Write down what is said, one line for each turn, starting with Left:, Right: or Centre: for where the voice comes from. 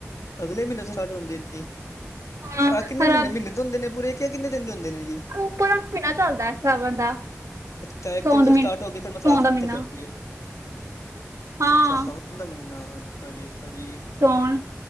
Left: ਅਗਲੇ ਮਹੀਨੇ ਤੋਂ ਸਟਾਰਟ ਹੋਣਗੇ ਜੀ
Right: ਹਾਂ
Left: ਆਹ ਕਿੰਨੇ ਮਹੀਨੇ
Right: ਰੱਬ
Left: ਮਹੀਨੇ ਤੋਂ ਹੁੰਦੇ ਨੇ ਪੂਰੇ ਕ ਕਿੰਨੇ ਦਿਨ ਤੋਂ ਹੁੰਦੇ ਨੇ ਜੀ
Right: ਉਪਰਾ ਮਹੀਨਾ ਚੱਲਦਾ ਐ ਸਾਵਣ ਦਾ
Left: ਅੱਛਾ ਇੱਕ
Right: ਸੌਣ
Left: ਤਰੀਕ
Right: ਦਾ
Left: ਤੋਂ
Right: ਮਹੀਨਾ
Left: ਸਟਾਰਟ ਹੋ ਗਏ ਫਿਰ ਮਤਲਬ
Right: ਸੋਂਣ
Left: ਆਖਰ
Right: ਦਾ ਮਹੀਨਾ
Left: ਤੱਕ ਚੱਲਣਗੇ।
Right: ਹਾਂ
Left: ਅੱਛਾ ਸਾਵਣ ਦਾ ਮਹੀਨਾ ਅੱਛਾ ਜੀ -ਅੱਛਾ ਜੀ।
Right: ਸੌਣ